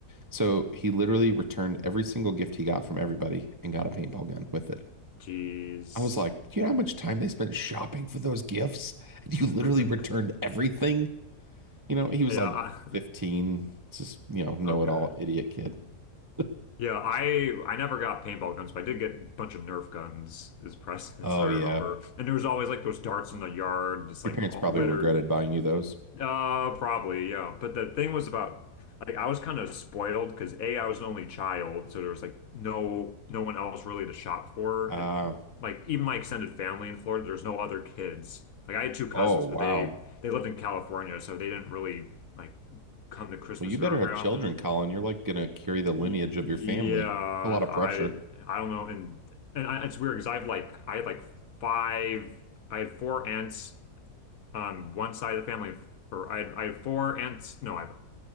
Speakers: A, on the right; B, on the left.
A: So he literally returned every single gift he got from everybody and got a paintball gun with it.
B: <laughs> Jeez.
A: I was like, "Do you know how much time they spent shopping for those gifts? And
B: <laughs>
A: you literally returned
B: Yeah,
A: everything?" You know, he was
B: I,
A: like 15, just, you know, know-it-all
B: okay.
A: idiot kid. <laughs>
B: Yeah, I I never got paintball guns, but I did get a bunch of Nerf guns as presents,
A: Oh
B: <laughs> I remember.
A: yeah,
B: And there was always like those darts in the yard, just
A: Your
B: like
A: parents
B: all
A: probably
B: littered.
A: regretted buying you those.
B: Uh, probably, yeah. But the thing was about like I was kind of spoiled because A, I was an only child, so there was like no no one else really to shop for,
A: Uh,
B: and like even my extended family in Florida, there's no other kids. Like I had two cousins,
A: oh, wow.
B: but they they lived in California, so they didn't really like come to Christmas
A: Well, you better
B: very
A: have children,
B: often.
A: Colin. You're like gonna carry the lineage
B: Y- Yeah,
A: of your family.
B: I
A: A lot of pressure.
B: I don't know, and and I, it's weird because I've like I had like five, I had four aunts on one side of the family, or I had, I had four aunts. No, I